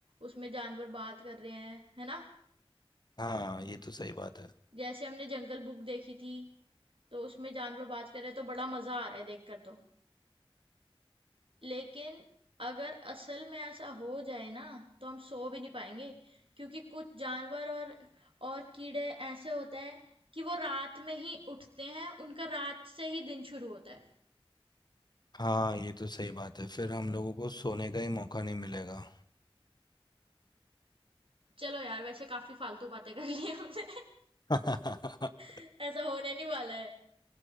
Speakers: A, on the right; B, on the left.
A: उसमें जानवर बात कर रहे हैं, है ना?
B: हाँ ये तो सही बात है
A: जैसे हमने जंगल बुक देखी थी तो उसमें जानवर बाज कर रहे तो बड़ा मज़ा आ रहा है देखकर तो लेकिन अगर असल में ऐसा हो जाए ना तो हम सो भी नहीं पाएंगे क्योंकि कुछ जानवर और और कीड़े ऐसे होते हैं कि वो रात में ही उठते हैं उनका रात से ही दिन शुरू होता है
B: हाँ ये तो सही बात है फिर हम लोगों को सोने का ही मौका नहीं मिलेगा
A: चलो यार वैसे काफ़ी फालतू बातें कर ली हमने
B: <laughs>
A: <laughs> ऐसा होने नहीं वाला है